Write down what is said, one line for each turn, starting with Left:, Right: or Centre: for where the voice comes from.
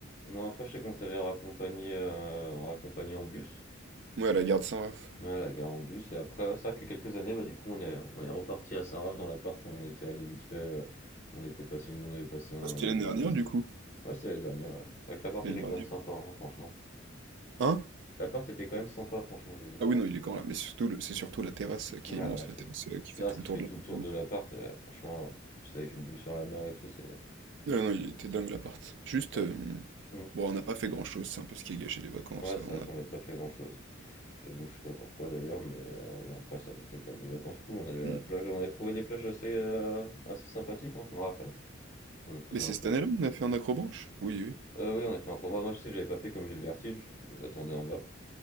Left: Non, après, je sais qu'on t'avait raccompagné, euh, raccompagné en bus.
Right: Ouais, à la garde Saint-Raph.
Left: Ouais, la gare en bus. Et après, ouais, c'est vrai que quelques années, bah, du coup, on est, on est reparti à Saint-Raph dans l'appart où on était allé vite fait. euh, on était passé une, on avait passé un,
Right: Ah, C'était
Left: une...
Right: l'année dernière, du coup.
Left: Ouais, c'était l'année dernière. ouais. C'est vrai que l'appart
Right: L'année
Left: était
Right: dernière.
Left: quand même sympa, hein, franchement.
Right: Hein?
Left: L'appart était quand même sympa, franchement, j'ai dit.
Right: Ah oui, non, il est quand là. Mais surtout, le- c'est surtout la terrasse qui
Left: Ah, bah,
Right: est immense,
Left: la ter-
Right: la terrasse euh, qui
Left: la terrasse
Right: fait tout
Left: qui
Right: le tour
Left: fait
Right: de
Left: tout
Right: l'appartement.
Left: le tour de l'appart, euh, franchement, puis c'est avec une vue sur la mer et tout, c'est,
Right: Non,
Left: c'était.
Right: non, il était dingue l'appart. Juste,
Left: Ouais,
Right: euh,
Left: Hmm.
Right: bon, on n'a pas fait grand-chose, c'est un peu ce qui a gâché les vacances.
Left: Ouais, c'est
Right: euh, On
Left: vrai
Right: a...
Left: qu'on n'a pas fait grand-chose. J'avoue, je sais pas pourquoi d'ailleurs, mais euh, bon, après, ça restait quand même des vacances cool. On allait à
Right: Hmm.
Left: la plage, on avait trouvé des plages assez, euh, assez sympathiques, hein, je me rappelle. On faisait
Right: Mais c'est
Left: un peu.
Right: cette année-là qu'on a fait un accrobranche? Oui, oui.
Left: Heu, oui, on a fait un combat. Moi, je sais, j'avais pas fait comme j'ai le vertige, je vous attendais en bas.